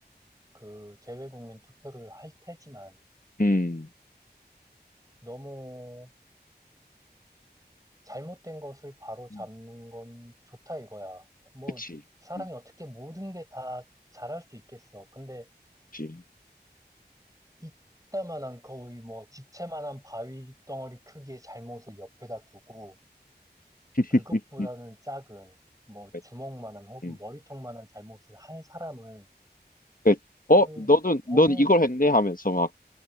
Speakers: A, on the right (about 20°); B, on the left (about 55°).
A: 그 재외국민 투표를 할 테지만
B: 음,
A: 너무 잘못된 것을 바로 잡는
B: 음.
A: 건 좋다 이거야. 뭐,
B: 그치,
A: 사람이
B: 음,
A: 어떻게 모든 게 다 잘할 수 있겠어. 근데
B: 그치.
A: 이따만한 거의 뭐 집채만한 바위 덩어리 크기의 잘못을 옆에다 두고
B: <laughs>
A: 그것보다는
B: 음,
A: 작은, 뭐,
B: 그,
A: 주먹만한 혹은
B: 음.
A: 머리통만한 잘못을 한 사람을,
B: 그- 어,
A: 그,
B: 너는,
A: 너무,
B: 넌 이걸 했네 하면서 막